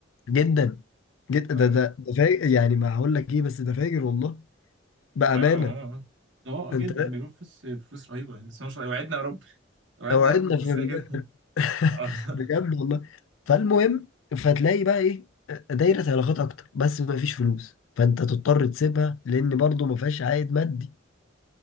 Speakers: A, on the left; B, on the right.
A: جدا جدا
B: اه
A: ده ده ده فاجر يعني ما هقول لك ايه بس ده فاجر والله بامانه
B: ايوه اه اه آه،
A: انت
B: جدا
A: فاهم؟
B: بيعملوا فلوس فلوس رهيبه يعني بسم الله ما شاء الله وعدنا يا رب <laughs> وعدنا
A: اوعدنا
B: يا رب بفلوس
A: في
B: كده كده
A: <laughs>
B: <laughs> آه.
A: بجد والله فالمهم فتلاقي بقى ايه دايرة علاقات اكتر بس ما فيش فلوس فانت تضطر تسيبها لان برضو ما فيهاش عائد مادي